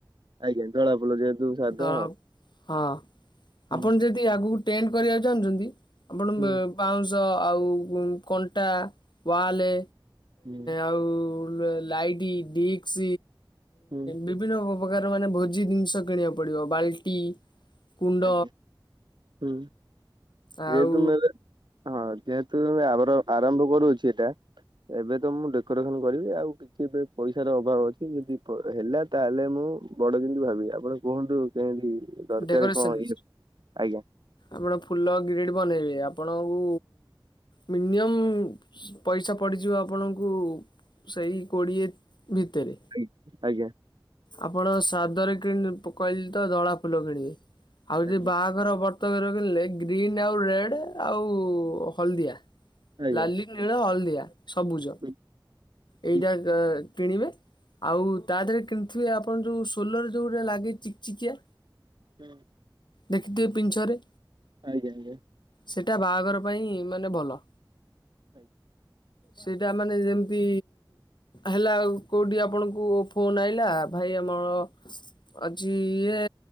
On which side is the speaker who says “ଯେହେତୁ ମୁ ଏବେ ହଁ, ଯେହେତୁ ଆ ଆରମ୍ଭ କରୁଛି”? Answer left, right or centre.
Right